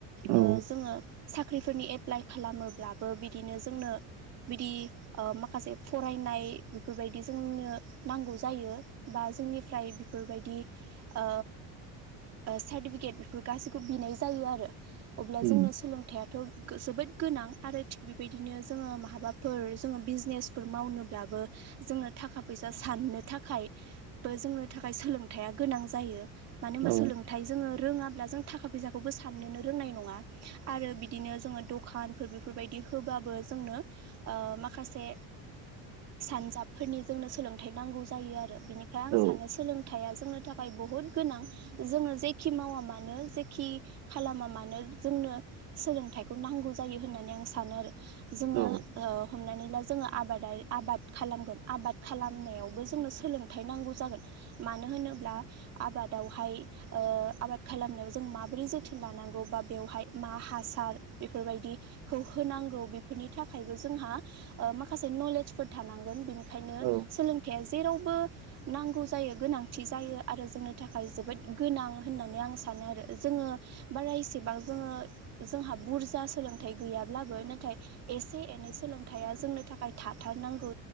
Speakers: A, on the right; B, on the right.
A: औ
B: ओ जोङो साख्रिफोरनि एपला लाइ खालामोब्लाबो बिदिनो जोंनो बिदि ओ माखासे फरायनाय बिफोरबायदि जोंनो नांगौ जायो। बा जोंनिफ्राय बिफोरबायदि ओ ओ सार्टिफिकेट बेफोर गाैखौबो बिनाय जायो आरो अब्ला
A: उम
B: जोंनो सोलोंथाइयाथ' गो जोबोद गोनां आरो थिग बिबायदिनो जोङो माबाफोर जोङो बिजनेसफोर मावनोब्लाबो जोङो थाखा फैसा साननो थाखाय बो जोंनो थाखाय सोलोंथाइया गोनां जायो मानो होनबा
A: औ
B: सोलोंथाइ जोङो रोङाब्ला ब्ला जों थाखा फैसाखौबो साननोनो रोंनाय नङा आरो बिदिनो जोङो दखानफोर बिफोरबादि होबा बो जोंनो ओ माखासे सानजाबफोरनि जोंनो सोलोंथाइ नांगौ जायो आरो बिनिखायनो
A: औ
B: आं सानो सोलोंथाइया जोंनो थाखाय बहुत गोनां जोङो जेखि मावा मानो जेखि खालामा मानो जों नो सोलोंथाइखौ नांगौ जायो होननानै आं सानो आरो जोङो
A: औ
B: ओ हमनानै ला जोङो आबादारि आबाद खालामगोन आबाद खालामनायावबो जोंनो सोलों थाय नांगौ जागोन मानो होनोब्ला आबादावहाय ओ आबाद खालामनायाव जों मा बोरै जोथोन लानांगौ बा बेवहाय मा हासार बेफोरबायदिखौ होनांगौ बेफोरनि थाखाय थाखायबो जोंहा ओ माखासे नलेजफोर थानांगोन बेनिखायनो
A: औ
B: सोलोंथाइया जेरावबो नांगौ जायो, गोनांथि जायो आरो जोंनो थाखाय जोबोद गोनां होननानै आं सानो आरो जों ङो बारा एसेबां जोङो जोंहा बुरजा सोलोंथाइ गैयाब्लाबो नाथाय एस से-एनै सोलोंथाइया जोंनो थाखाय थाथारनांगौ